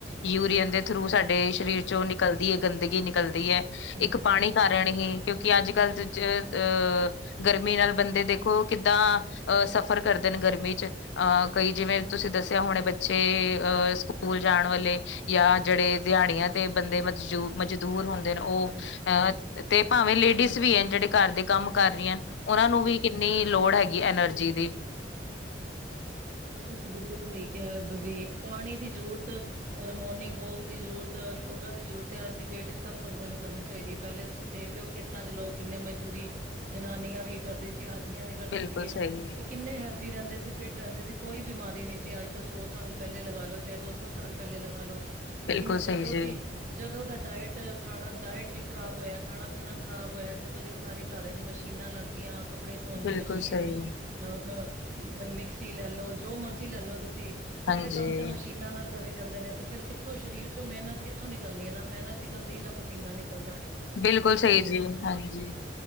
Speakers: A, on the left; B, on the right.
A: ਯੂਰੀਅਨ ਦੇ ਥਰੂ ਸਾਡੇ
B: ਹਾਂਜੀ
A: ਸ਼ਰੀਰ ਚੋਂ ਨਿਕਲਦੀ ਏ ਗੰਦਗੀ ਨਿਕਲਦੀ ਏ,
B: ਹਾਂਜੀ
A: ਇੱਕ ਪਾਣੀ ਕਾਰ ਕਾਰਨ ਹੀ ਕਿਉਂਕਿ ਅੱਜ-ਕੱਲ ਅ ਗਰਮੀ ਨਾਲ ਬੰਦੇ ਦੇਖੋ ਕਿੱਦਾਂ ਅ ਸਫਰ ਕਰਦੇ ਨੇ ਗਰਮੀ ਚ ਅ ਕਈ ਜਿਵੇਂ ਤੁਸੀਂ ਦੱਸੇਆ ਹੁਣੇ ਬੱਚੇ ਅ ਸਕੂਲ ਜਾਣ ਵਾਲੀ ਯਾ ਜੇੜੇ ਦੇਆੜੀਆਂ ਤੇ ਬੰਦੇ ਮੂਜ਼ਦ-ਮਜ਼ਦੂਰ ਹੁੰਦੇ ਨੇ ਓ
B: ਹਾਂਜੀ ਹਾਂਜੀ
A: ਅ ਤੇ ਭਾਵੇਂ ਲੇਡੀਸ ਵੀ ਐ ਜੇੜੇ ਘਰ ਦੇ ਕੰਮ ਕਰ ਰਈਆਂ ਹਨ ਓਨਾਂ ਨੂੰ ਵੀ ਕਿੰਨੀ ਲੋੜ ਹੈਗੀ ਐਨਰਜੀ ਦੀ।
B: ਹਾਂਜੀ-ਹਾਂਜੀ ਏ ਤਾਂ ਤੁਸੀਂ ਬਿਲਕੁਲ ਸਈ ਕਿਆ ਬ ਬਈ ਪਾਣੀ ਦੀ ਜਰੂਰਤ ਔਰ ਮੋਰਨਿੰਗ ਵੋਕ ਦੀ ਜ਼ਰੂਰਤ ਔਰ ਯੋਗਾ ਦੀ ਜਰੂਰਤ ਆ ਅੱਜ ਦੀ ਡੇਟ ਏ ਸਬ ਬੰਦੇਆਂ ਨੂੰ ਕਰਨੀ ਚਾਈਦੀ ਐ ਪੈਲੇ ਤੁਸੀਂ ਦੇਖਦੇ ਹੋ ਖੇਤ ਤਾਂ ਚ ਲੋਕ ਕਿੰਨੇ ਮਜ਼ਦੂਰੀ ਜਨਾਨੀਆਂ ਵੀ ਕਰਦੇ ਸੀ, ਆਦਮੀਆਂ ਵੀ ਕਰਦੇ
A: ਬਿਲਕੁਲ
B: ਸੀਗੇ‌।
A: ਸਹੀ
B: ਕਿੰਨੇ ਹੈਲਦੀ ਰੈਂਦੇ ਸੀ ਫਿਟ ਰੈਂਦੇ ਸੀ ਕੋਈ ਬਿਮਾਰੀ ਨੀ ਸੀ ਅੱਜ ਤੋਂ ਸੌ ਸਾਲ ਪੈਲੇ ਲਗਾ ਲੋ ਚਾਹੇ ਦੋ ਸੌ ਸਾਲ ਪੈਲੇ ਲਗਾ ਲੋ ਲੇਕਿਨ
A: ਬਿਲਕੁਲ
B: ਜਦੋਂ
A: ਸਹੀ ਜੀ
B: ਦੀ ਜਦੋਂ ਦਾ ਡਾਇਟ ਖਾਣਾ ਡਾਇਟ ਵੀ ਖਰਾਬ ਹੋਏਆ ਖਾਣਾ-ਪੀਣਾ ਖਰਾਬ ਹੋਏਆ ਜਦੋਂ ਦੀ ਸਾਰੀ ਘਰ ਚ ਮਸ਼ੀਨਾਂ ਲਾਗੀਆਂ ਕੱਪੜੇ ਧੋਣ ਦੀ
A: ਬਿਲਕੁਲ
B: ਮਸ਼ੀਨ
A: ਸਹੀ
B: ਅ ਗ ਅ ਮਿਕਸੀ ਲੈ ਲੋ ਜੋ ਮਰਜੀ ਲੈ ਲੋ ਤੁਸੀਂ ਸਾਰੇ
A: ਹਾਂਜੀ
B: ਕੰਮ ਤੇ ਮਸ਼ੀਨਾਂ ਨਾਲ ਕਰੀ ਜਾਂਦੇ ਨੇ ਤੇ ਫੇਰ ਕਿੱਥੋਂ ਸ਼ਰੀਰ ਚ ਮੇਨਤ ਕਿੱਥੋਂ ਨਿਕਲਨੀ ਐ ਨਾ ਮੇਨਤ ਨਿਕਲਦੀ ਨਾ ਪਸੀਨਾ ਨਿਕਲਦਾ ਐ।
A: ਬਿਲਕੁਲ ਸਈ ਜੀ, ਹਾਂਜੀ।